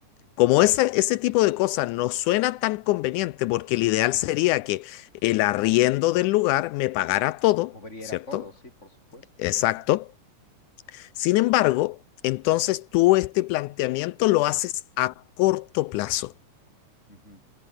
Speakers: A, on the left; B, on the left.
A: Como ese, ese tipo de cosas no suena tan conveniente, porque el ideal sería que el arriendo del lugar me pagara todo,
B: Cubriera
A: ¿cierto?
B: todo, sí, por supuesto.
A: Exacto.
B: Ujú,
A: Sin embargo, entonces tú este planteamiento lo haces a corto plazo,
B: ujú.